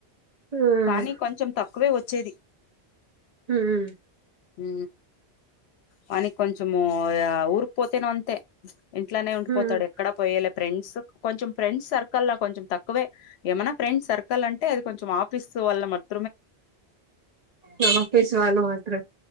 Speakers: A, on the right (about 40°); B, on the left (about 75°).
A: ఉమ్
B: కానీ కొంచెం తక్కువే వచ్చ చేది
A: ఉమ్మ్
B: ఉ వానీ కొంచము ఊరుకు పోతేనే అంతే ఇంట్నే ఉండిపోతాడు
A: ఉమ్
B: ఎక్కడ పోయ ఫ్రెండ్స్ కొంచెం ఫ్రెండ్స్ సర్కల్ కొంచెం తక్కువే ఏమైన్నా ఫ్రెండ్స్ సర్కల్ అంటే అది కొంచెం ఆఫీస్ <unintelligible>
A: చప్పస్ వాలు మాత్ర